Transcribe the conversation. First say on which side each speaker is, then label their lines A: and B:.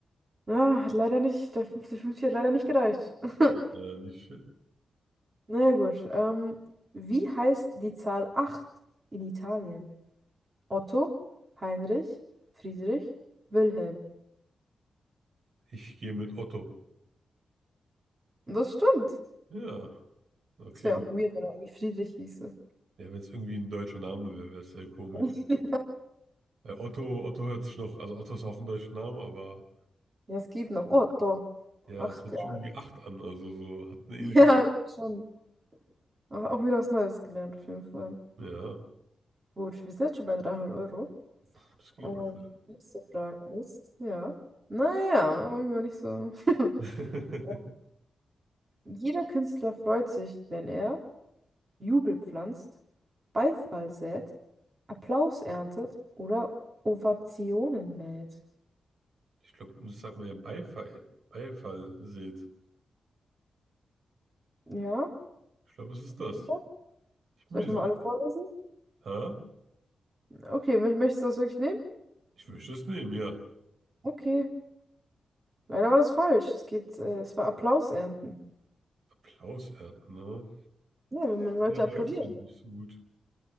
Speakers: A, on the right; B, on the right.
A: Ja, hat leider nicht, der 50-50 hat leider nicht gereicht. <laughs>
B: Ja, nicht schön.
A: Na ja gut. Ähm, wie heißt die Zahl 8 in Italien? Otto, Heinrich, Friedrich, Wilhelm.
B: Ich gehe mit Otto.
A: Und das stimmt.
B: Ja, okay,
A: Das wäre
B: gut.
A: auch weird, wenn er irgendwie Friedrich hieße.
B: Ja, wenn es irgendwie ein deutscher Name wäre, wäre es sehr komisch.
A: <laughs>
B: Weil Otto, Otto hört sich noch, also Otto ist auch ein deutscher Name, aber
A: Ja, es geht noch. Otto.
B: ja,
A: acht,
B: es hört
A: ja.
B: sich
A: <laughs>
B: irgendwie 8 an, also so hat eine Ähnlichkeit.
A: Ja, eben schon. Aber Auch wieder was Neues gelernt, auf jeden Fall.
B: Ja,
A: Gut, wir sind jetzt schon bei 300 Euro.
B: das ging
A: Und
B: aber schnell.
A: die nächste Frage ist, ja. Naja, war nicht so. <laughs>
B: <laughs>
A: Ähm, Jeder Künstler freut sich, wenn er Jubel pflanzt, Beifall sät, Applaus erntet oder Ovationen mäht.
B: Ich glaube, das sagt man ja Beifall, Beifall seht.
A: Ja,
B: Ich glaube, es ist
A: sicher?
B: das. Ich bin
A: Soll
B: mir
A: ich nochmal
B: sicher.
A: alle vorlesen?
B: Ha?
A: Okay, mö- möchtest du das wirklich nehmen?
B: Ich möchte es nehmen, ja.
A: Okay, leider war das falsch. Es geht, äh, es war Applaus ernten.
B: Applaus ernten, ne?
A: Ja, wenn man Leute
B: Meine
A: applaudieren.
B: läuft sind nicht so gut.